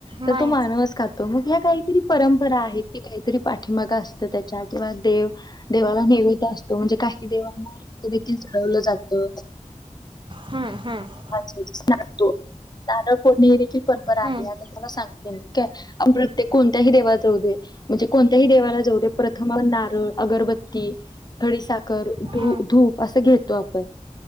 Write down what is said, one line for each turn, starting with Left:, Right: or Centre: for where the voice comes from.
Left: तर
Right: माहीच
Left: तो मानवस खातो मग ह्या काहीतरी. परंपरा आहेत. की, काहीतरी पाठीमागा असत त्याच्या किंवा देव देवाला निवेद असतो म्हणजे काही देवांना. ते देखील चढवलं जातं.
Right: हम्म हम्म,
Left: <inaudible> तो नारळ पोर्णे देखील पर्पल
Right: हम्म
Left: आहे त्याला सांगतील काय आपण. ते कोणत्याही देवा जाऊ दे म्हणजे कोणत्याही देवाला जाऊ दे प्रथम नारळ अगरबत्ती. खडी साखर
Right: हम्म
Left: धू धूप. असं घेतो आपण